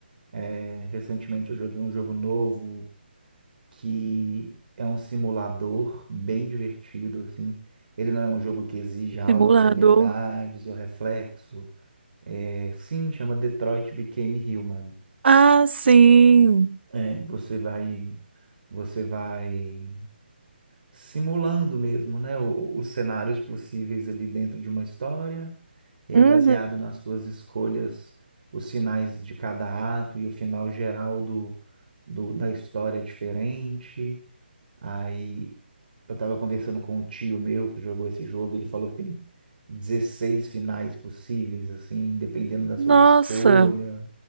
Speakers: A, on the right (about 55°); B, on the right (about 70°).
A: É, recentemente eu joguei um jogo novo que é um simulador bem divertido, assim. Ele não é um jogo que exige altas
B: simulador.
A: habilidades ou reflexo É, sim, chama Detroit Became Human.
B: Ah, sim.
A: É, você vai, você vai simulando mesmo, né, o- os cenários possíveis ali dentro de uma história, e
B: Uhum.
A: aí, baseado nas suas escolhas, os finais de cada ato e o final geral do, do- da história é diferente. Aí eu tava conversando com um tio meu que jogou esse jogo, ele falou que tem 16 finais possíveis, assim, dependendo das
B: Nossa.
A: suas escolhas.